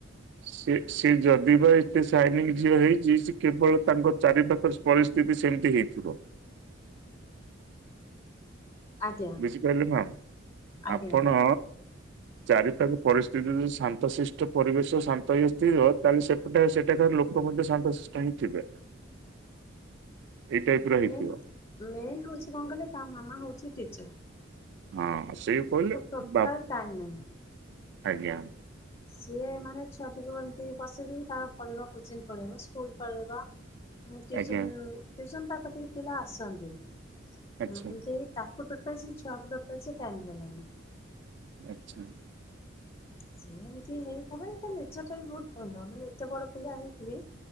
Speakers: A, on the right (about 60°); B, on the left (about 25°).
A: ସେ ସେ ଯଦିିବା ଏତେ ସାଇଲେଣ୍ଟ ଝିଅ ହେଇଚି ସେକେବଳ ତାଙ୍କ ଚାରିପାଖ ପରିସ୍ଥି ସ୍ଥିତି ସେମିତି ହେଇଥିବ।
B: ଆଜ୍ଞା
A: ବୁଝିପାରିଲେ ମା
B: ଆଜ୍ଞା
A: ଆପଣ ଚାରିପାଖ ପରିସ୍ଥିତି ଯଦି ଶାନ୍ତଶିଷ୍ଟ ପରିବେଶ ଶାନ୍ତିସ୍ଥିତି ତାହେଲେ ସେପଟେ ସେଟା ଲୋ ଲୋକ ମଧ୍ୟ ସାନ୍ତ ଶିଷ୍ଟହି ଥିବେ।
B: <inaudible>
A: ଏଇ ଟାଇପର ହେଇଥିବ।
B: ମେନ୍ ମେନ୍ ହେଉଚି କଣ କହଲେ ତାମାମା ହେଉଚି ଟିଚର୍
A: ହଁ ସେଇ କହିଲେ
B: ଟୋଟାଲ
A: ବାପ୍
B: ଟାଇମ ନାହିଁ।
A: ଆଜ୍ଞା।
B: ସିଏ ମାନେ ଛୁଆଟିକୁ ଏମିତି ବସେଇ ଦେଇକି ତାର ପଳେଇବ କୋଚିଂ ପଳେଇବ ସ୍କୁଲ୍ ପଳେଇବ ଉଁ ଟିସନ୍
A: ଆଜ୍ଞା
B: ଟିସନ୍ ତାକତି ପିଲା ଆସନ୍ତି। ଉଁ
A: ଆଚ୍ଛା
B: ଏମିତି ହେଇକି ତାକୁ ଟୋଟାଲ୍ ସେଛୁଆକୁ ଟୋଟାଲ ସେଟାଇମ୍ ଦେଲାନି।
A: ଆଚ୍ଛା।
B: ସିଏ ଏମତି ହେଇତାର ତାନେଚରଟାବି ବହୁତ୍ ଭଲ ମାନେ ଏତେ ବଡ଼ ପିଲା ହେଇକିବି